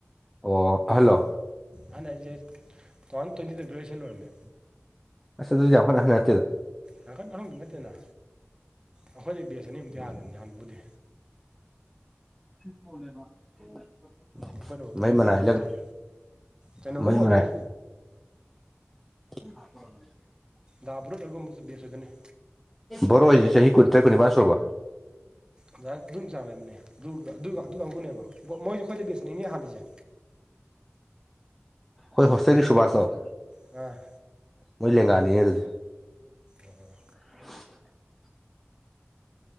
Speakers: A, in the centre; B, on the right (about 20°).
A: ꯑꯣ ꯑꯍꯜꯂꯣ
B: ꯍꯟ ꯍꯥꯏꯁꯦ ꯇꯨꯋꯥꯟ ꯇ꯭ꯋꯦꯟꯇꯤꯗ ꯒ꯭ꯔꯦꯖꯨꯌꯦꯁꯟ ꯑꯣꯏꯔꯃꯦ꯫
A: ꯑꯁ ꯑꯗꯨꯗꯤ ꯌꯥꯝ ꯀꯟꯅ ꯍꯟꯅ
B: ꯌꯥꯡꯈꯠ ꯈꯪꯗꯤ ꯅꯠꯇꯦꯅ ꯑꯩꯈꯣꯏꯗ ꯕꯦꯁ ꯑꯅꯤꯃꯨꯛꯇꯤ ꯍꯟꯅꯦ ꯍꯥꯟꯕꯨꯗꯤ꯫
A: <inaudible>
B: ꯑꯩꯈꯣꯏꯅ ꯇ꯭ꯋꯦꯟꯇꯤꯗ
A: ꯃꯩ ꯃꯅꯥꯏ
B: ꯒ꯭ꯔꯦꯖꯨꯑꯦꯁꯟ
A: ꯂꯪ
B: ꯀꯩꯅꯣꯒꯨꯝꯕ
A: ꯃꯩ
B: ꯑꯣꯏꯗꯣꯏꯅꯦ
A: ꯃꯅꯥꯏ <unintelligible>
B: ꯗꯥ ꯕꯔꯨꯠ ꯑꯣꯏꯒꯨꯝꯕꯁꯨ ꯕꯦꯁ ꯑꯣꯏꯒꯅꯤ꯫
A: ꯕꯣꯔꯣ ꯑꯣꯏꯁꯤ ꯆꯍꯤ ꯀꯨꯟ ꯇ꯭ꯔꯦꯠ ꯀꯨꯅꯤꯕꯥ ꯁꯨꯔꯕꫭ꯫
B: ꯑꯗꯨꯝ ꯆꯥꯡ ꯂꯩꯔꯝꯅꯤ꯫ ꯑꯗꯨꯒ ꯑꯗꯨ ꯀꯥꯡꯕꯨꯅꯦꯕ ꯃꯣꯏꯁꯨ ꯑꯈꯣꯏꯗ ꯕꯦꯁ ꯑꯅꯤꯅꯤ ꯍꯥꯜꯂꯤꯁꯦ꯫
A: ꯍꯣꯏ ꯍꫭꯁꯇꯦꯜꯒꯤ ꯁꯨꯕꯥꯁꯇꫭ꯫
B: ꯑ
A: ꯃꯣꯏ ꯂꯦꯡꯒꯥꯅꯤ ꯑꯗꯨꯗꯤ꯫
B: ꯑꯣ
A: <unintelligible>